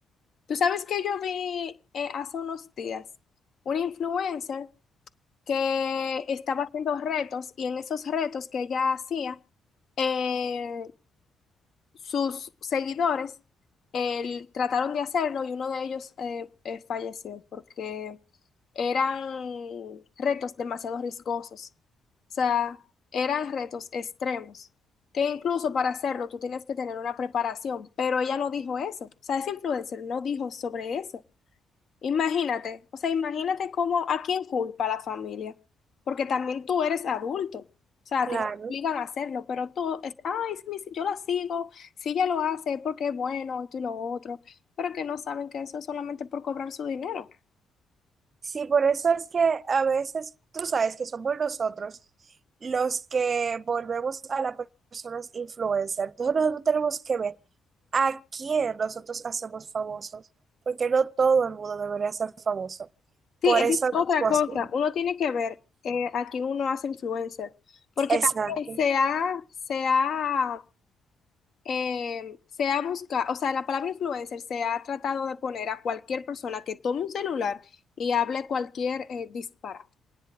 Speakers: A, on the left; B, on the right.
A: Tú sabes que yo vi eh, hace unos días una influencer que estaba haciendo retos y en esos retos que ella hacía, eh, sus seguidores él- trataron de hacerlo y uno de ellos eh, eh, falleció porque eran retos demasiado riesgosos. O sea, eran retos extremos, que incluso para hacerlo tú tienes que tener una preparación, pero ella no dijo eso. O sea, esa influencer no dijo sobre eso. Imagínate, o sea, imagínate cómo, a quién culpa la familia, porque también tú eres adulto, o sea,
B: Claro.
A: a ti no te obligan a hacerlo, pero tú, es, ay, si mi- si yo la sigo, si ella lo hace es porque es bueno, esto y lo otro, pero que no saben que eso es solamente por cobrar su dinero.
B: Sí, por eso es que a veces tú sabes que somos nosotros los que volvemos a las personas influencer. Entonces nosotros tenemos que ver a quién nosotros hacemos famosos, porque no todo el mundo debería ser famoso.
A: Sí,
B: Por
A: esa
B: eso
A: es otra
B: mismo
A: cosa,
B: así.
A: uno tiene que ver eh, a quién uno hace influencer, porque
B: Exacto,
A: también se ha, se ha eh, se ha buscado, o sea, la palabra influencer se ha tratado de poner a cualquier persona que tome un celular y hable cualquier eh, disparate.